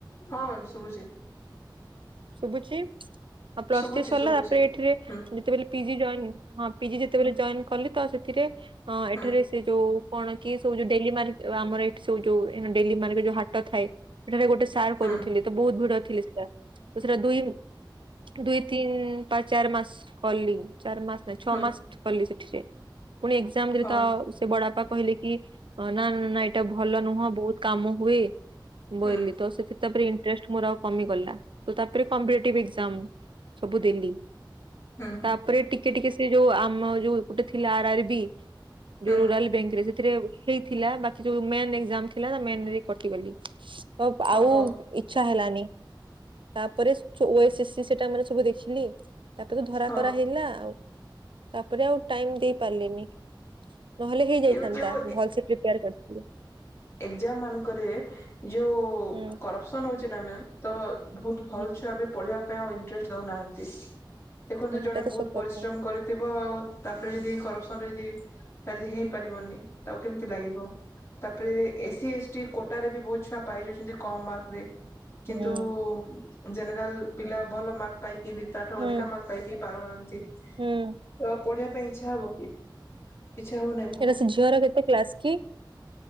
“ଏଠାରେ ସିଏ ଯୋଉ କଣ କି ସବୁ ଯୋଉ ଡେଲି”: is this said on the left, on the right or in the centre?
Right